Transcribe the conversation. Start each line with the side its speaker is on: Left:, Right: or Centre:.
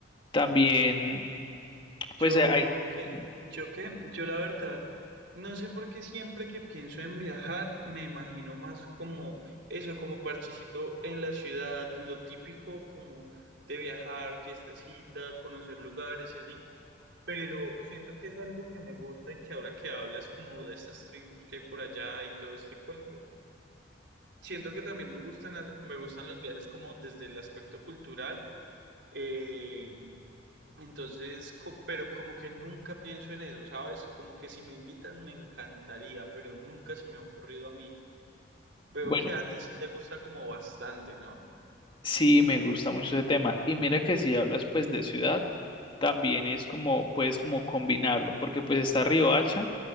Left: También,
Right: Yo,
Left: pues eh, hay...
Right: que,
Left: dime.
Right: yo qué, yo la verdad, no sé por qué siempre que pienso en viajar, me imagino más como eso, como parchecito en la ciudad, lo típico como de viajar, fiestecita, conocer lugares y así, pero siento que es algo que me gusta y que ahora que hablas como de estas tribus que hay por allá y todo este cuento, siento que también me gustan, las- me gustan los viajes como desde el aspecto cultural. eh, entonces, co- pero como que nunca pienso en eso, ¿sabes? Como que si me invitan me encantaría, pero nunca se me ha ocurrido a mí. Veo
Left: Bueno.
Right: que a ti sí te gusta como bastante, ¿no?
Left: Sí, me gusta mucho ese tema. Y mira que si hablas pues de ciudad, también es como, puedes como combinarlo, porque pues está Riohacha,